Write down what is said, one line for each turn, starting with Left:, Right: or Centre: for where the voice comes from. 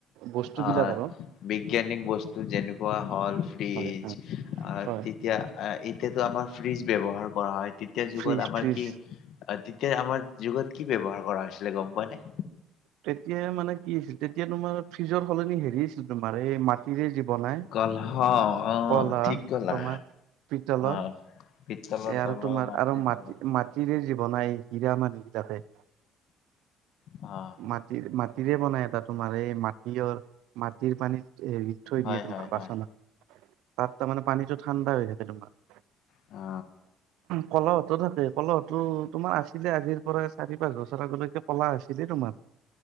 Right: বস্তুবিলাক
Left: আহ,
Right: আৰু
Left: বিজ্ঞানিক বস্তু যেনেকুৱা হ'ল ফ্ৰিজ
Right: হয়
Left: আ
Right: হয়
Left: তেতিয়া এতিয়াতো আমাৰ ফ্ৰিজ ব্যৱহাৰ কৰা হয়। তেতিয়া যুগত
Right: ফ্ৰিজ
Left: আমাৰ
Right: ফ্ৰিজ
Left: কি তেতিয়া আমাৰ যুগত কি ব্যবহাৰ কৰা হৈছিলে গম পোৱা নে?
Right: তেতিয়া মানে কি হৈছিল, তেতিয়া তোমাৰ ফ্ৰিজৰ সলনি হেৰি আছিল তোমাৰ এ মাট <unintelligible> জি বনাই,
Left: কলহ অ
Right: কলহ
Left: ঠিক কলা
Right: তোমাৰ পিতলৰ।
Left: অ' পিতলৰ
Right: এ আৰু
Left: কলহ
Right: তোমাৰ
Left: মাটিৰ
Right: আৰু মাটি
Left: কলহ
Right: মাটিৰে যে বনাই হীৰা মানুহবিলাকে।
Left: অহ।
Right: মাটিৰ মাটিৰে বনাই এটা তোমাৰ। এ মাটি মাটিৰ পানীত হেৰি থৈ
Left: হয়
Right: দিয়ে তোমাৰ
Left: হয় হয়
Right: বাচনত। তাত তামানে পানীটো ঠাণ্ডা হৈ থাকে তোমাৰ।
Left: অ।
Right: কলহতো থাকে, কলহতো তোমাৰ আছিলে আজিৰ পৰা চাৰি, পাঁচ বছৰ আগলৈকে কলাহ আছিলে তোমাৰ।